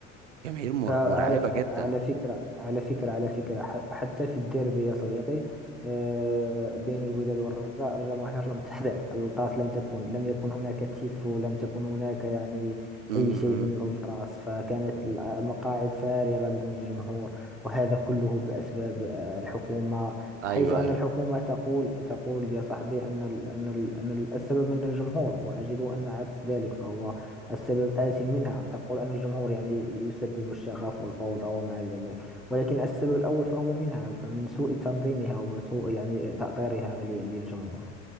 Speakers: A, on the right (about 70°); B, in the centre.
A: جماهير مر...
B: فعلى
A: مرعبه جدا
B: على فكرة على فكرة على فكرة ح- حتى في الديربي يا صديقي آه، بين الوداد والرجاء الجماهير لم تحضر <laughs> الألتراس لم تكن لم يكن هناك تيفو لم تكن هناك يعني
A: امم
B: أي شيء
A: امم.
B: من الألتراس فكانت المقاعد فارغة بدون جمهور وهذا كله بأسباب آه، الحكومة
A: ايوه
B: حيث أن
A: ايوه
B: الحكومة تقول تقول يا صاحبي أن ال- أن ال- أن ال- السبب من الجمهور وأجد أن عكس ذلك فهو السبب آت منها تقول أن الجمهور يعني يسبب الشغف والفوضى وما إلى ذلك ولكن السبب الأول فهو منها فمن سوء تنظيمها وسوء يعني تأطيرها ل- للجمهور